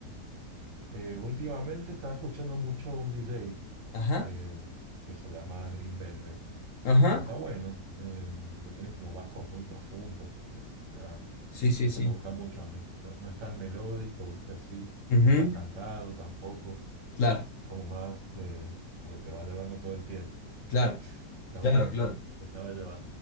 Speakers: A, on the right; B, on the left.
A: Eh, últimamente estaba escuchando mucho un DJ.
B: Ajá,
A: em, que se llama Green Velvet,
B: ajá,
A: que está bueno, em, pues tiene como bajos muy profundos, ¿viste? Así está,
B: sí, sí,
A: y eso
B: sí.
A: me gusta mucho a mí. No, no es tan melódico, ¿viste? Así,
B: Ujú,
A: no es tan cantado tampoco.
B: Claro,
A: Es como más, eh, como que te va llevando todo el tiempo.
B: claro,
A: Está
B: claro,
A: bueno,
B: claro,
A: sí, te sabe llevar.